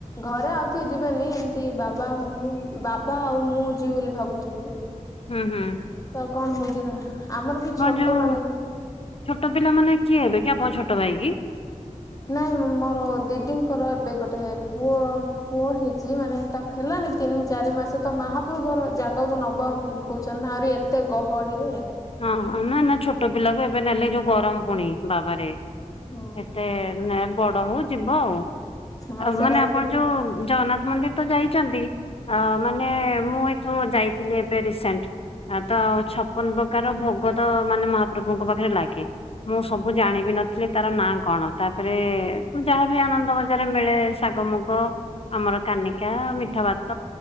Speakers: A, on the left; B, on the left.
A: ଘରେ ଆଉ କିଏ ଯିବେନି ଏମ୍ତି ବାବା ମମି ବାବା ଆଉ ମୁଁ ଯିବି ବୋଲି ଭାବୁଥିଲୁ।
B: ହୁଁ-ହୁଁ।
A: ତ କଣ ହଉଚି ନା ଆମର ବି ଛୋଟ
B: ଯୋଉ
A: ମାନେ
B: ଛୋଟ ପିଲା ମାନେ କିଏ ହେବେ କି ଆପଣ ଛୋଟ ଭାଇ କି?
A: ନାଇଁ ମୋର ଦିଦିଙ୍କର ଏବେ ଗୋଟେ ପୁଅ ପୁଅ ହେଇଚି ମାନେ ତାକୁ ହେଲାନି ତିନି ଚାରି ମାସ ତ ମାହାପ୍ରଭୁ ଘର ଜାଗାକୁ <unintelligible> କହୁଚନ୍ତି ଆହୁରି ଏତେ ଗହଳିରେ
B: ହଁ ନା-ନା ଛୋଟ ପିଲାକୁ ଏବେ ନେଲେ ଯୋଉ ଗରମ ପୁଣି ବାବାରେ
A: ହଁ
B: ଏତେ ନା ବଡ ହଉ ଯିବ ଆଉ-ଆଉ
A: ହଁ ସେଇଟା
B: ମାନେ
A: ପାଇଁ
B: ଆପଣ ଯୋଉ <unintelligible> ମନ୍ଦିର ତ ଯାଇଚନ୍ତି ଆ ମାନେ ମୁଁ ଏଠୁ ଯାଇଥିଲି ଏବେ ରିସେଣ୍ଟ। ଆ ତ ଆଉ ଛପନ ପ୍ରକାର ଭୋଗ ତ ମାନେ ମହାପ୍ରଭୁଙ୍କ ପାଖରେ ଲାଗେ। ମୁଁ ସବୁ ଜାଣିବି ନଥିଲି ତାର ନାଁ କଣ ତାପରେ, ମୁଁ ଯାହାବି ଆନନ୍ଦ ବଜାରରେ ମିଳେ ଶାଗ ମୁଗ ଆମର କାନିକା ମିଠା ଭାତ